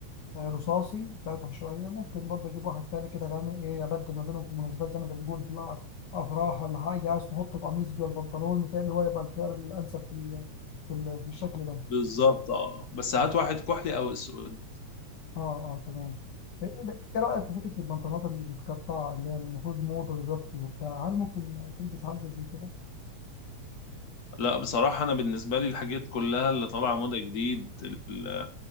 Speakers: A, on the left; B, on the left.
A: يعني رصاصي فاتح شويه ممكن برضه اجيب واحد تاني كده غامق ايه ابدل ما بينهم في المناسبات زي ما انت بتقول في الأع- افراح ولا حاجه عايز تحط القميص جوه البنطلون متهيألي هو يبقى الخيار الانسب في ال- في ال- في الشكل ده
B: بالظبط اه بس هات واحد كحلي أو أسود
A: اه اه تمام ايه إيه- إيه رايك في فكره البنطلونات المتقطعه اللي هي المفروض موضه دلوقتي وبتاع هل ممكن تلبس حاجه زي كده؟
B: لا بصراحة أنا بالنسبة لي الحاجات كلها اللي طالعة موضة جديد ال-